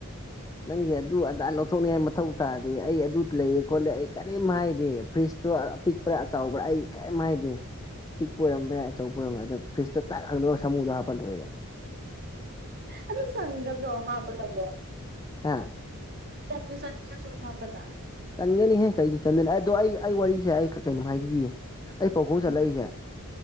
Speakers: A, on the left; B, on the right.
A: ꯅꯪ ꯑꯗꯨ ꯑꯗꯨ ꯑꯜꯣ ꯇ ꯊꯧꯅꯤ ꯍꯥꯏ ꯃ ꯃꯊꯧ ꯇꯥꯗꯦ ꯑꯩ ꯑꯗꯨ ꯂꯩ ꯈꯣꯠꯂꯦ ꯑꯩ ꯀꯔꯤꯝ ꯍꯥꯏꯗꯦ ꯐ꯭ꯔꯤꯖꯇꯣ ꯑꯄꯤꯛꯄ꯭ꯔꯥ ꯑ ꯆꯥꯎꯕ꯭ꯔꯥ ꯑꯩ ꯀꯔꯤ ꯍꯥꯏꯥꯏꯗꯤꯦ ꯑꯄꯤꯛꯄ ꯑꯣꯏꯔꯝꯕ ꯌꯥꯏ ꯑꯆꯧꯕ ꯑꯣꯏꯔꯝꯕ ꯑꯗꯣ ꯐ꯭ꯔꯤꯖꯇꯣ ꯇꯥꯛ ꯈꯪꯗꯧ ꯁꯃꯨꯗꯣ ꯍꯥꯞꯄꯜ ꯂꯣꯏꯔꯦ
B: ꯑꯗꯣ ꯁꯒꯗ꯭ꯔꯣ ꯍꯥꯄꯗꯕꯣ
A: ꯍꯥꯦ
B: ꯁꯅ ꯆꯧꯊꯥ ꯄꯗ
A: ꯁꯖꯅꯤ ꯍꯦ ꯀꯩꯒꯤ ꯁꯅꯤ ꯑ ꯋꯥꯔꯤꯁꯦ ꯀꯩꯅꯣꯝ ꯍꯥꯏꯕꯤꯌꯦ ꯑꯩ ꯄꯥꯎꯈꯣꯡ ꯆꯠꯂꯛꯏꯁꯦ
B: ꯎꯝ